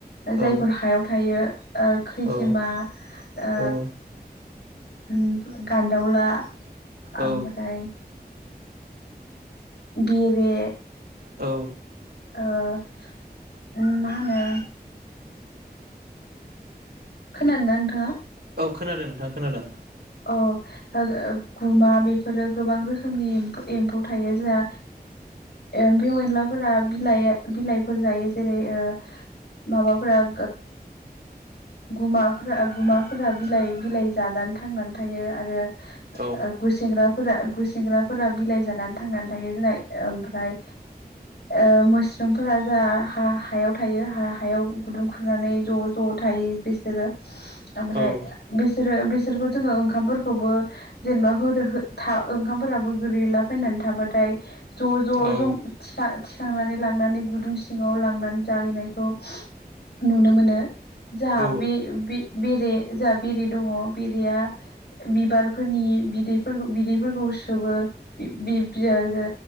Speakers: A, on the right; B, on the left.
A: औ
B: जायफोर हायाव थायो खैजिमा
A: औ
B: ओ
A: औ
B: ओ गान्दोवला
A: औ
B: ओमफ्राय बेरे
A: औ
B: ओ मा होनो खोनादोंना नोंथांङा?
A: औ खोनादों नोंथां खोनादों।
B: ओ ओ गुमा बेफोरो गोबां रोखोमनि एम्फौ थायो जोंहा एमफेव एनलाफोरा बिलाइ बिलाइफोर जायो जेरै- ओ माबाफोरा ओ गुमाफोरा गुमाफोरा बिलाइ-बिलाइ जानानै थांना थायो आरो
A: औ
B: ओ गुसेंग्राफोरा गुसेंग्राफोरा बिलाइ जानानै थांनानै थायो जोनाय ओमफ्राय ओ मोस्रोमफोरा जाहा हा-हायाव थायो हा-हायाव गुदुं खुरनानै ज-ज था थायो बिसोरो। ओमफ्राय
A: औ
B: बिसोरो बिसोरखौ जोंङो ओंखामफोरखौबो जेनेबा होदो हो था ओंखामफोराबो गोरैला बायनानै थाबाथाय ज-ज-ज
A: औ
B: थिखा थिखांनानै लांनानै गुदुं सिंङाव लांनानै जाहैनायखौ नुनो मोनो। जोहा
A: औ
B: बे-बे-बेरे जोहा बेरे दंङ बेरेया बिबारफोरनि बिदैफोरखौ बिदैफोरखौ सोबो। बि-बि-बिया रा।